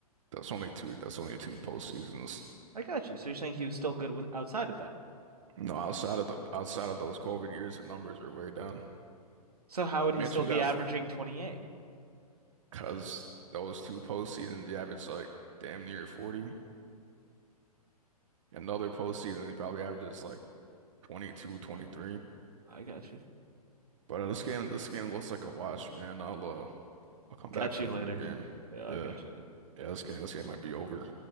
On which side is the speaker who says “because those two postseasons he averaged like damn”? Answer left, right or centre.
Right